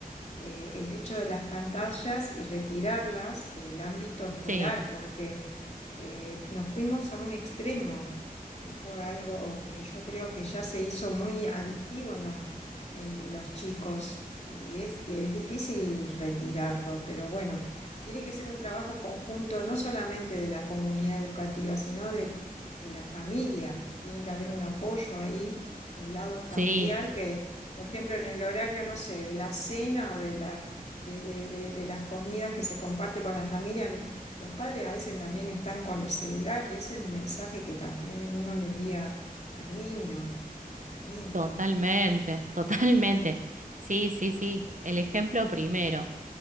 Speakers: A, on the left (about 45°); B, on the right (about 55°).
A: eh, el hecho de las pantallas y retirarlas del ámbito escolar,
B: sí,
A: porque eh, nos fuimos a un extremo. Eh, fue algo que yo creo que ya se hizo muy adictivo en los, en los chicos y es, es difícil retirarlo, pero bueno, tiene que ser un trabajo conjunto no solamente de la comunidad educativa, sino del- de la familia. Tiene que haber un apoyo ahí del lado familiar
B: sí,
A: que por ejemplo, en el horario, no sé, de la cena o de la, de, de- de- de las comidas que se comparte con la familia, n- los padres a veces también están con el celular y ese es un mensaje que también uno le envía al niño o a la niña.
B: totalmente, totalmente. Sí, sí, sí, el ejemplo primero.